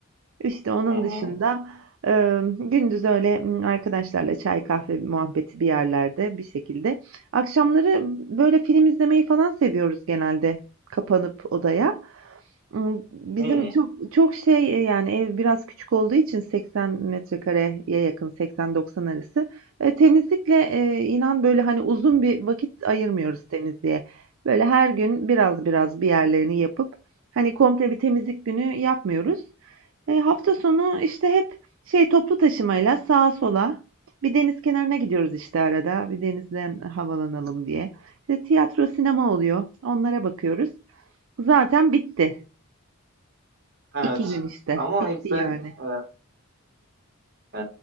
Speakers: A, on the right; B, on the right.
A: İşte onun
B: Hı hı.
A: dışında e, gündüz öyle arkadaşlarla çay kahve muhabbeti bir yerlerde bir şekilde. Akşamları böyle film izlemeyi falan seviyoruz genelde kapanıp odaya. Imm, bizim
B: Hı.
A: çok çok şey, eee, yani, ev biraz küçük olduğu için 80 metrekareye yakın, 80-90 arası. Eee, temizlikle, eee, inan, böyle, hani, uzun bir vakit ayırmıyoruz temizliğe. Böyle her gün biraz biraz bir yerlerini yapıp, hani, komple bir temizlik günü yapmıyoruz. Eee, hafta sonu, işte, hep şey, toplu taşımayla sağa sola, bir deniz kenarına gidiyoruz, işte, arada, bir denizden havalanalım diye. İşte, tiyatro, sinema oluyor, onlara bakıyoruz. Zaten bitti.
B: Evet.
A: İki gün işte.
B: Ama
A: Bitti
B: işte
A: yani.
B: e, e,